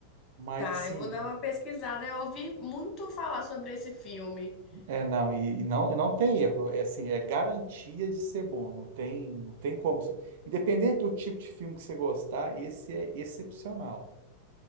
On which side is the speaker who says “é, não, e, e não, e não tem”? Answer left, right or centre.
Right